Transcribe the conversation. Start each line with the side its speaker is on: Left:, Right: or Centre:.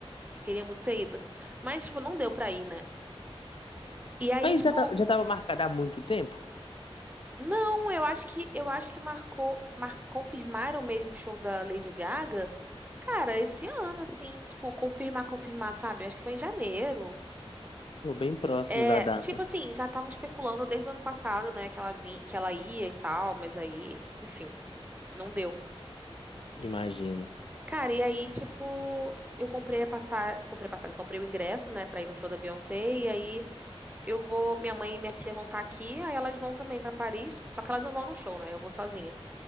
Right: Eu queria muito ter ido. Mas, tipo, não deu pra ir, né? E aí,
Left: Mas
Right: tipo,
Left: já, tá- já tava marcada há muito tempo?
Right: não, eu acho que eu acho que marcou, mar, confirmaram mesmo o show da Lady Gaga. Cara, esse ano, assim, tipo, confirmar, confirmar, sabe? Eu acho que foi em janeiro.
Left: Pô, bem próximo
Right: É,
Left: da data,
Right: tipo assim, já estavam especulando desde o ano passado, né, que ela vinha, que ela ia e tal, mas aí, enfim, não deu.
Left: imagina.
Right: Cara, e aí, tipo, eu comprei a passar, comprei a passagem, comprei o ingresso, né, pra ir no show da Beyoncé, e aí eu vou, minha mãe e minha tia vão estar aqui, aí elas vão também pra Paris, só que elas não vão no show, né? Eu vou sozinha.